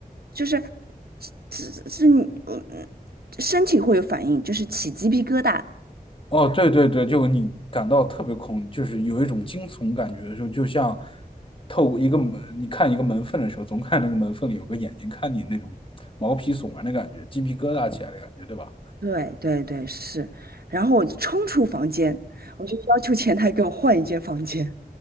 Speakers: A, on the right (about 80°); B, on the left (about 35°).
A: 就是是是你嗯嗯身体会有反应，就是起鸡皮疙瘩。
B: 哦，对对对，就你感到特别恐，就是有一种惊悚感觉的时候，就像透过一个门，你看一个门缝的时候，总看那个门缝里有个眼睛看你那种毛皮悚然的感觉，鸡皮疙瘩起来的感觉，对吧？
A: 对对对，是。然后我冲出房间，我就要求前台给我换一间房间，